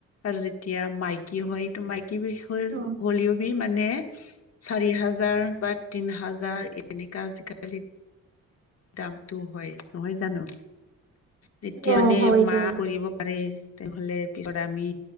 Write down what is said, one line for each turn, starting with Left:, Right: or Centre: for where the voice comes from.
Left: আৰু যেতিয়া মাইকী হয়, টো মাইকী <unintelligible>
Right: অ
Left: হ'লেও মানে চাৰি হাজাৰ বা তিন হাজাৰ এনেকা আজিকালি দামটো হয় নহয় জানো? যেতিয়া
Right: অ
Left: মানে
Right: হয়
Left: মা
Right: হয়
Left: কৰিব পাৰে। তেনেহ'লে পিছত আমি